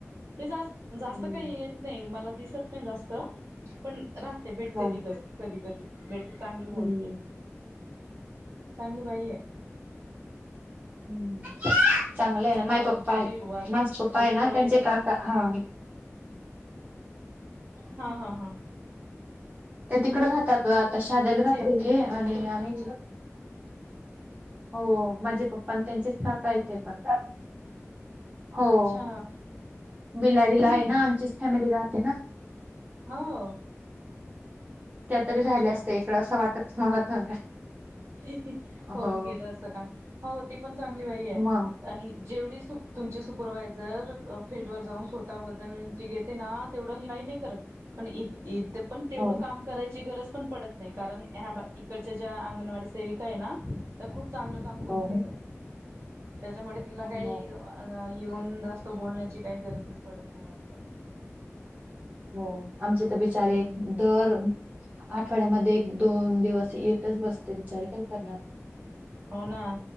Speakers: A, on the right (about 65°); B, on the right (about 30°).
A: ते जास्त
B: हम्म
A: काही येत नाही मला दिसत नाही जास्त पण रा ते भेटते
B: हम्म
A: ती क कधी कधीे भेटते चांगली बोल
B: हम्म
A: चांगली बाई आहे.
B: हम्म. चांगलं आहे ना
A: मग
B: माय पप्पा
A: तुमची
B: आहे,
A: वा
B: माझे पप्पा आहे
A: सुपरवायझर
B: ना त्यांचे काका हा.
A: हा हा हा.
B: त्या तिकड राहतात आता शाध्याला
A: त्यांचे
B: राहात ते आणि
A: साधव
B: आम्ही हो माझे प पण त्यांचेच का काय ते पण हो.
A: अच्छा
B: बिलाडीला
A: हम्म
B: आहे ना आमचीच फॅमिली राहते ना.
A: हो.
B: त्यातरी
A: अच्छा
B: राहिल्या असते
A: अच्छा
B: इकडं असं वाटत मला तर
A: इही होऊन
B: हो
A: गेलं असं काम हो ती पण चांगली बाई आहे.
B: मग
A: आणि जेवढी सु तुमची सुपरवायझर फील्डवर जाऊन स्वतः वजण उंची घेते ना तेवढं ह काही नाही करत पण इथं पण तेवढ
B: हो
A: काम करायची गरज पण पडत नाही कारण ह्या इकडच्या ज्या अंगणवाडी सेविका आहे ना त्या खूप चांगलं काम करून
B: हो
A: घेतात त्याच्यामुळे तिला
B: हो
A: काही येऊन जास्त बोलण्याची काही गरजच पडत नाही वाटत.
B: हो. आमचे तर बिचारे
A: हम्म.
B: दर आठवड्यामध्ये एक, दोन दिवस येतच बसते बिचारी काय करणार.
A: हो ना